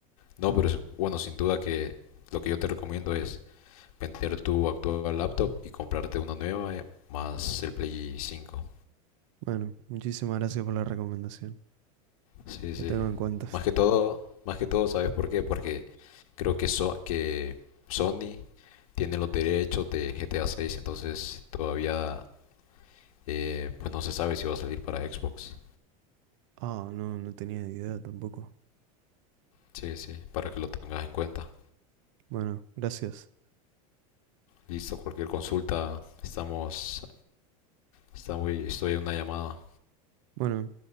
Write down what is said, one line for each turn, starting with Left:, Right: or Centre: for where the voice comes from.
Left: No, pero es- bueno, sin duda que lo que yo te recomiendo es vender tu actual laptop y comprarte una nueva eh, más el Play 5.
Right: Bueno, muchísimas gracias por la recomendación.
Left: Sí, sí.
Right: La tengo en cuenta.
Left: Más que todo, más que todo, ¿sabes por qué? Porque creo que, so- que Sony tiene los derechos de GTA 6, entonces todavía eh, pues no se sabe si va a salir para Xbox.
Right: Ah, no, no tenía idea tampoco.
Left: Sí, sí, para que lo tengas en cuenta.
Right: Bueno, gracias.
Left: Listo, cualquier consulta, estamos, está muy, estoy en una llamada.
Right: Bueno.